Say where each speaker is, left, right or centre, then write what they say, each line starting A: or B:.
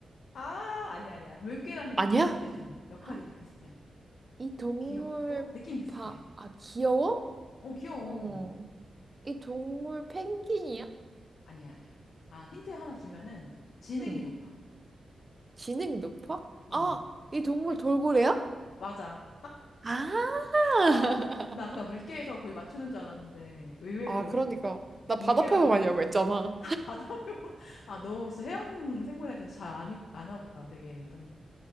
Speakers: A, on the left; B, on the right.
A: 아, 아니야 아니야. 물개랑
B: 아니야?
A: 좀 비슷해 좀. 역할이
B: <gasps>
A: 좀 비슷해.
B: 이 동물
A: 귀엽고 느낌 비슷해.
B: 바, 아, 귀여워?
A: 어, 귀여워.
B: 어. 이 동물 펭귄이야?
A: 아니야 아니야. 아, 힌트 하나 주면은 지능이
B: 응.
A: 높아.
B: 지능이 높아?
A: 어,
B: 아, 이 동물 돌고래야?
A: 맞아.
B: 아. <laughs>
A: 아, 나 아까 물개에서 거의 맞추는 줄 알았는데 의외로.
B: 아, 그러니까 나
A: 물개라고
B: 바다표범아니라고
A: 해서
B: 했잖아.
A: <laughs> 바다표 아너 혹시 해양 생물에 대해서 잘 아니, 아나 보다 되게 일단